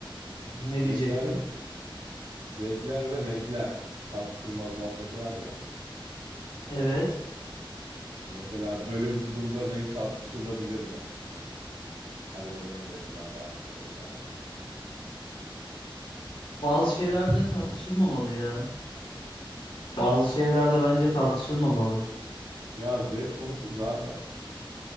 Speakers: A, on the left (about 80°); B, on the right (about 70°).
A: Ne
B: Renkler,
A: diyecektin?
B: ve- zevkler ve renkler tartışılmaz muhabbeti var ya.
A: Evet.
B: Mesela böyle bir durumda renk tartışılabilir mi? Hani ergonomik açıdan baktığın zaman.
A: Bazı şeyler de tartışılmamalı ya. Bazı şeyler de bence tartışılmamalı.
B: Ya zevk konusu zaten.